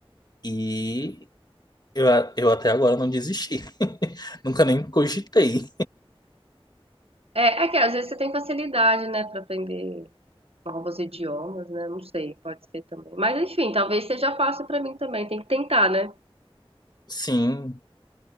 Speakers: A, on the left (about 45°); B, on the right (about 75°).
A: E Eu, a- eu até agora não desisti. <laughs> Nunca nem cogitei.
B: É, é que às vezes você tem facilidade, né, para aprender novos idiomas, né? Não sei, pode ser também. Mas enfim, talvez seja fácil para mim também. Tem que tentar, né?
A: Sim.